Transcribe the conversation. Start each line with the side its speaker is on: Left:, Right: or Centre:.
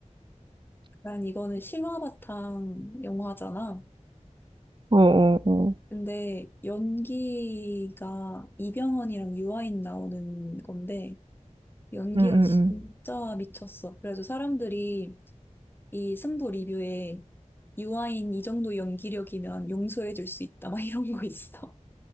Left: 난 이거는 실화 바탕 영화잖아.
Right: 어, 어, 어.
Left: 근데 연기가 이병헌이랑 유아인 나오는 건데 연기가
Right: 응, 응,
Left: 진짜
Right: 응.
Left: 미쳤어. 그래서 사람들이 이 승부 리뷰에 유아인 이 정도 연기력이면 용서해 줄 수 있다 <laughs> 막 이런 거 있어.